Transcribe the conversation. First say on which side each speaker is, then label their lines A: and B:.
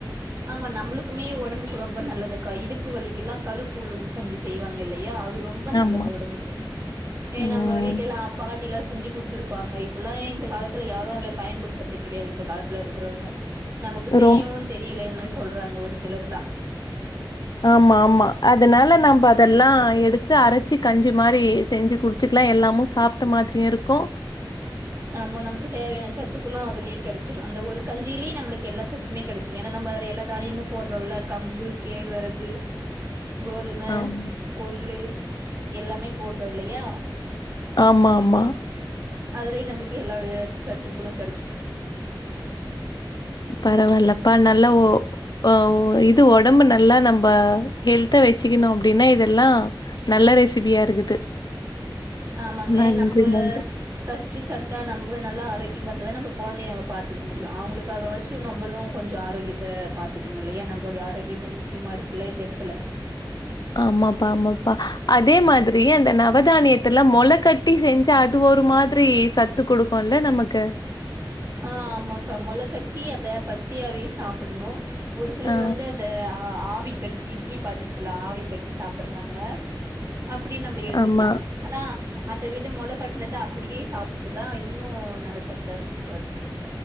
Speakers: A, on the right; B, on the left.
A: ஆமா நம்ளுக்குமே உடம்புக்கு ரொம்ப நல்லது கா இடுப்பு வலிக்கெல்லா கருப்பு உளுந்து கஞ்சி செய்வாங்க இல்லையா ரொம்ப நல்லது
B: ஆமா
A: உடம்புக்கு ஏ
B: ம்
A: நம்ம வீட்டுல எல்லாம் பாட்டி எல்லாம் செஞ்சு கொடுத்துருப்பு பாங்க இப்பல்லா இந்த காலத்துல யாரும் அத பயன்படுத்துறது கிடையாது இந்த காலத்துல இருக்குறவங்க நமக்கு செய்யவு
B: ரொம்
A: தெரியலன்னு சொல்றாங்க ஒரு சிலர்லா
B: ஆமா ஆமா அதனால நம்ம அதெல்லா எடுத்து அரைச்சி கஞ்சி மாரி செஞ்சி குடு ச்சிக்கலா எல்லாமு சாப்ட்ட மாதிரியு இருக்கு
A: ஆமா நமக்கு தேவையான சத்துக்களு அதுலயே கெடைச்சிடும் அந்த ஒரு கஞ்சியிலேயே நம்ளுக்கு எல்லாச் சத் துமே கெடைச்சிடு ஏனா நம்ம அதுல எல்லா தானியமு போட்றோன்ல கம்பு கேழ்வரகு கோதும
B: ஆமா.
A: கொல்லு எல்லாமே போட்றோ இல்லையா
B: ஆமா ஆமா
A: அதுலயே நமக்கு எல்லா வகை சத்துக்களு கெடச்சிடு
B: பரவால்லப்பா நல்ல ஓ ஓ வ் இது உடம்பு நல்லா நம்ப ஹெல்தா வெச்சுக்கணு அப்டின்னா இதெல்லா நல்ல ரெசிபியா இருக்குது
A: ஆமாங்க
B: நன்றி
A: நம்ப
B: நன்றி.
A: ஃபஸ்ட்டு சத்தா நம்ம நல்லா ஆரோக்கியமா இருந்தாதா நம்ம கொழந்தைய நம்ம பாத்துக்க முடியு அவங்களுக்காக வாச்சு நம்மளு கொஞ்சோ ஆரோகியத்த பாத்துக்கணு இல்லியா நம்மளோட ஆரோக்கியமு முக்கியமா இருக்குல்ல இந்த எடத்துல
B: ஆமாப்பா ஆமா ப்ப அதே மாதிரி அந்த நவதானியத்துல மொள கட்டி செஞ்சா அது ஒரு மாதிரி சத் த்து குடுக்குல்ல நமக்கு
A: ஆ ஆமாக்கா மொளக்கட்டி அத பச்சையாவே சாப்பிடணு ஒரு சிலரு
B: ஆ
A: வந்து இந்த ஆவி கட்டி இட்லி பாத்திரத்துல ஆவி கட்டி சாப்பிடுறாங்க அப்டி நம்ம எடுத்துக்கலா
B: ஆமா
A: ஆனா அத விட மொள கட்டினத அப்டியே சாப்ட்டறதா இன்னு நல்ல சத்தா இருக்கு